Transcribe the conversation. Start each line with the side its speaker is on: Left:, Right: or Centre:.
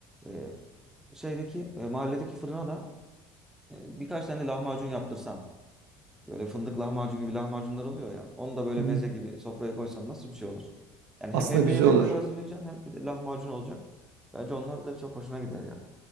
Centre: e, şeydeki e, mahalledeki fırına da e, birkaç tane lahmacun yaptırsan. Böyle fındık lahmacun gibi lahmacunlar oluyor ya. Onu da böyle
Right: Hı.
Centre: meze gibi sofraya koysan nasıl bir şey olur? Yani
Right: Aslında
Centre: hem evde
Right: güzel
Centre: yemekler
Right: olur.
Centre: hazırlayacaksın hem bir de lahmacun olacak. Bence onlar da çok hoşuna gider ya.